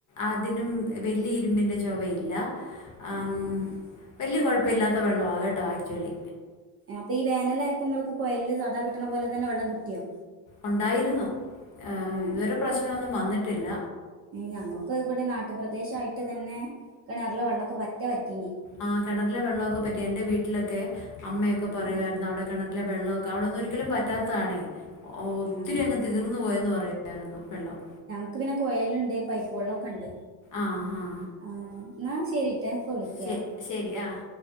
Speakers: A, on the left; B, on the right.
A: അതിനും വലിയ ഇരുമ്പിൻ്ന്റെ ചവയില്ല ആം
B: ആ ആ
A: വലിയ കുഴപ്പമില്ലാത്ത വെള്ള വകേട്ടോ ആക്ച്വലി
B: അപ്പൊ ഈ വേനലായ പ്പൊങ്ങൾക്ക് കൊയലിൽ സാധാ കിട്ടണ പോലെന്നെ വെള്ളം കിട്ടിയോ
A: ഉണ്ടായിരുന്നു
B: ഉം
A: ഇതുവരെ പ്രശ്നമൊന്നും വന്നിട്ടില്ല
B: ഞങ്ങൾക്ക് ഇവിടെ നാട്ടുപ്രദേശ ആയിട്ട് തന്നെ കിണറിലെ വെള്ളമൊക്കെ പറ്റാ പറ്റീന
A: ആഹ് കിണറിലെ വെള്ളമൊക്കെ പറ്റി എന്റെ വീട്ടിലൊക്കെ അമ്മയൊക്കെ
B: ആ
A: പറയുമായിരുന്നു
B: ആ
A: അവിടെ കിണട്ടിലെ വെള്ളമൊക്കെ അവിടൊന്നും ഒരിക്കലും പറ്റാത്തതണേ ഒത്തിരി
B: ഉം
A: അങ്ങ് തീർന്നു പോയെന്ന് പറയായിരുന്നു വെള്ളം
B: നക്ക് പിന്നെ കോയലുണ്ട് പൈപ്പ് വെള്ളം ഒക്കെ ഉണ്ട്
A: ആഹഹ
B: ആഹ് ന്നാ ശരിട്ട ഞാൻഇപ്പ വിളിക്ക
A: ശെ ശരി ആഹ്.